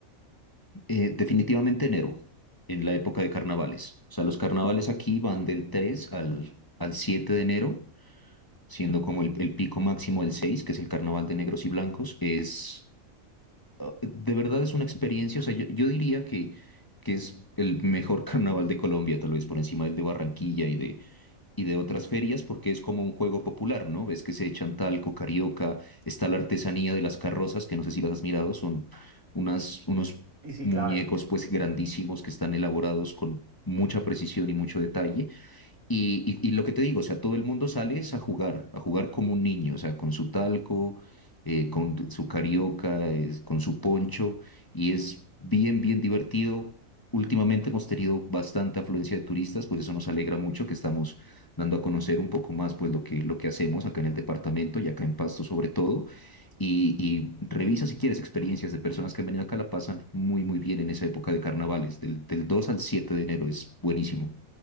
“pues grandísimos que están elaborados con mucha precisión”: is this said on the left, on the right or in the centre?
Left